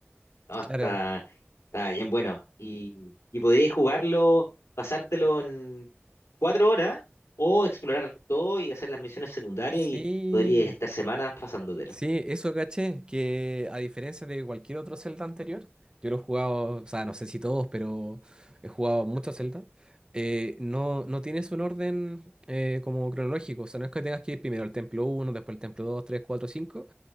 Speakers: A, on the left; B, on the right.
A: No, está,
B: Claro.
A: está bien bueno. Y, y podrías jugarlo, pasártelo en cuatro horas o explorar todo y hacer las misiones secundarias
B: Sí.
A: y podrías estar semanas pasándotelo.
B: Sí, eso caché, que a diferencia de cualquier otro Zelda anterior, yo lo he jugado, o sea, no sé si todos, pero he jugado muchos Zelda, eh, no, no tienes un orden eh, como cronológico, o sea, no es que tengas que ir primero al templo uno, después al templo 2, 3, 4, 5,